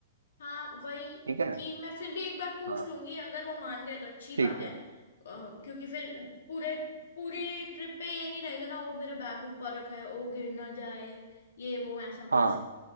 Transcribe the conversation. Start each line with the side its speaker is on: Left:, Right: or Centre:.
Left: हाँ वही
Right: ठीक है
Left: कि मैं फिर भी एक बार पूछ
Right: हाँ
Left: लूंगी अगर वो मान गए तो अच्छी
Right: ठीक
Left: बात है
Right: है
Left: अ, क्योंकि फिर पूरे पूरी ट्रिप पे ये नहीं रहेगा ना वो मेरा बैग ऊपर रखा है वो गिर ना जाए ये वो ऐसा
Right: हाँ
Left: कुछ